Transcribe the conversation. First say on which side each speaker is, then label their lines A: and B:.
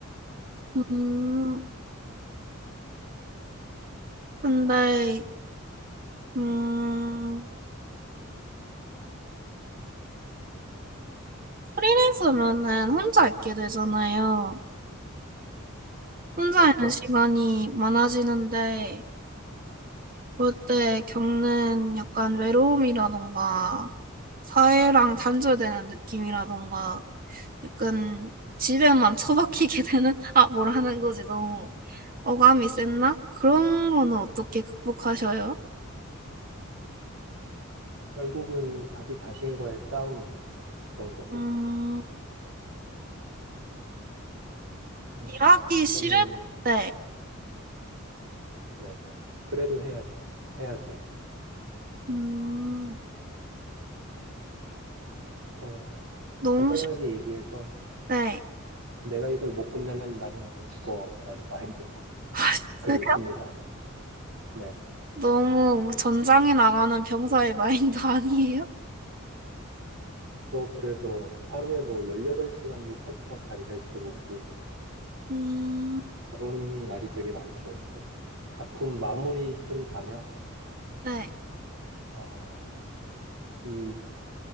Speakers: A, on the right; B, on the right.
A: 음, 근데, 음, 프리랜서면은 혼자 있게 되잖아요. 혼자
B: 그렇죠?
A: 있는 시간이 많아지는데, 그럴 때 겪는 약간 외로움이라던가, 사회랑 단절되는 느낌이라던가, 약간 집에만 처박히게 <laughs> 되는, 아, 뭐라는 거지, 너무. 어감이 셌나? 그런 거는 어떻게 극복하셔요?
B: 결국은 자기 자신과의 싸움이잖아요. 어떤 거든.
A: 음,
B: 음,
A: 일하기
B: 저는,
A: 싫을 때,
B: 네. 그래도 해야, 해야죠.
A: 음,
B: 어,
A: 너무
B: 간단하게
A: 싫을
B: 얘기해서
A: 때, <laughs>
B: 내가 이걸 못 끝내면 나는 오늘 죽어라는 마인드로 <laughs>
A: 아, 진짜
B: 글을 씁니다. 네.
A: 너무 전장에 나가는 병사의 마인드 <laughs> 아니에요?
B: 저 그래서 하루에 뭐 18시간도 컴퓨터 앞에 앉아 있어 보고
A: 음,
B: 그런 날이 되게 많죠, 이제. 작품 마무리쯤 가면,
A: 네.
B: 어, 이